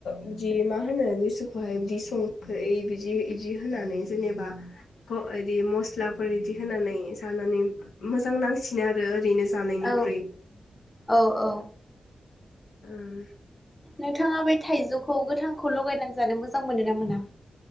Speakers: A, on the left; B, on the left.
A: बिदि मा होनो लिसुखौहाय बिदि संख्रै बिदि बिदि होनानै जेनेबा बिदि मस्लाफोर बिदि होनानै जानानै मोजां नांसिनो आरो ओरैनो जानायनिख्रुइ
B: औ औ औ औ
A: ओमफ्राय
B: नोंथाङा बे थाइजौखौ गोथांखौ लगायनानै जानो मोजां मोनो ना मोन ना